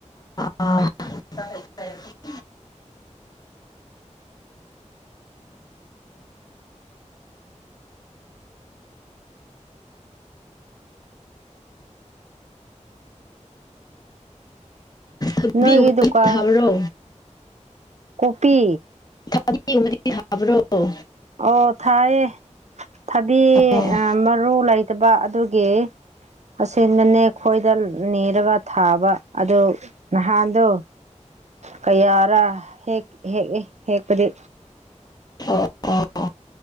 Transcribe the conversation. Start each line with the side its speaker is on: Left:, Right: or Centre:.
Left: ꯑ <unintelligible> <unintelligible> ꯊꯕꯤ
Right: ꯅꯣꯏꯒꯤ
Left: ꯒꯨꯝꯕꯗꯤ
Right: ꯗꯨꯀꯥꯟ
Left: ꯊꯥꯕ꯭ꯔꯣ
Right: ꯀꯣꯄꯤ
Left: ꯊꯕꯤ ꯒꯨꯝꯕꯗꯤ ꯊꯥꯕ꯭ꯔꯣ ꯑꯣ
Right: ꯑꯣ ꯊꯥꯏꯌꯦ ꯊꯕꯤ
Left: ꯑꯥ
Right: ꯑ ꯃꯔꯨ ꯂꯩꯇꯕ ꯑꯗꯨꯒꯤ ꯑꯁꯦꯟꯅꯅꯦ ꯈꯣꯏꯗ ꯅꯤꯔꯒ ꯊꯥꯕ ꯑꯗꯨ ꯅꯍꯥꯟꯗꯣ ꯀꯌꯥꯔ ꯍꯦꯛ ꯍꯦꯛ ꯍꯦꯛꯄꯗꯤ
Left: ꯑꯣ ꯑꯣ